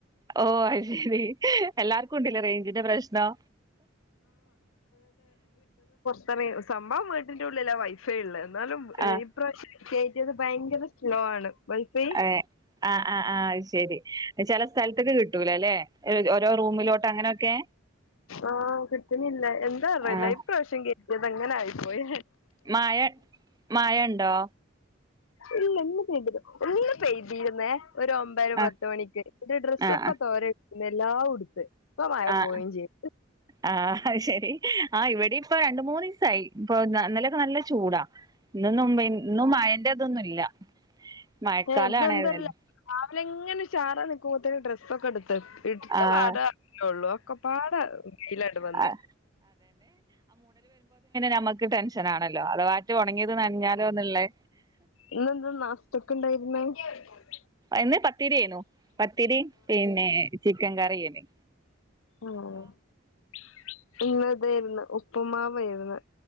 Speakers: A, on the right; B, on the left.
A: ഓ അഹ് ശരി എല്ലാർക്കും ഉണ്ട്ല്ലേ റേഞ്ചിന്റെ പ്രശ്നം
B: ന്തെറിയോ സംഭവം വീട്ടിന്റുള്ളിലാ വൈ ള്ളത് എന്നാലും ഇ
A: ആഹ്
B: ഇപ്രാവശ്യം കേറ്റിയത് ഭയങ്കര സ്ലോ ആണ് വൈഫൈ
A: അയെ ആ ആ ആ അഹ് ശരി ചെല സ്ഥലത്തക്ക് കിട്ടൂലല്ലേ ഒരോ റൂമിലോട്ട് അങ്ങനൊക്കെ
B: ആ കിട്ടുന്നില്ല എന്താറിയില്ല
A: ആഹ്
B: ഇപ്രാവശ്യം കേ അതെങ്ങനെ ആയിപ്പോയ്
A: മഴ മഴ ഉണ്ടോ
B: ഇല്ല ഇന്ന് പെയ്തില്ല ഒന്ന് പെയ്തീർന്നേ ഒരു ഒമ്പര പത്ത്
A: ആഹ്
B: മണിക്ക് ഒരു ഡ്രസ്സൊക്കെ
A: ആഹ്
B: തോരെ നെല്ലാ ഉടുത്ത് ഇപ്പ മഴ
A: ആഹ്
B: പോയി ചെയ്ത്
A: ആഹ് അത് ശെരി ആഹ് ഇവിടെ ഇപ്പൊ രണ്ട മൂന്ന് സായി ഇപ്പൊ ഇന്നലക്കെ നല്ല ചൂടാ ഇന്നൊന്നും ഇന്നും മഴന്റെ തൊന്നും ഇല്ല മഴക്കാലാണ്
B: ഹോ ഇന്ന് ന്തറീല
A: ഏതായാലും
B: അല്ലെങ്ങനെ ഷാറാ ക്കുമ്പോത്തിന് ഡ്രസ്സ ഒക്കെടു ഇടുത്ത
A: ആഹ്
B: പാട ഉള്ളു ഒക്കെ പാട വയിലണ്ട് വന്ന്
A: ആഹ് നമുക്ക് ടെൻഷനാണല്ലോ അത് ഒണങ്ങിയത് നനഞ്ഞാലോ ന്ന് ള്ളേ
B: ഇന്നെന്താ നാസ്തക്ക് <unintelligible>
A: ഇന്ന് പത്തിരിയേനു പത്തിരി പിന്നെ ചിക്കൻ കറിനി
B: ആഹ അഹ് ഇ ഇതായിന്ന് ഉപ്പുമാവായിരുന്ന്.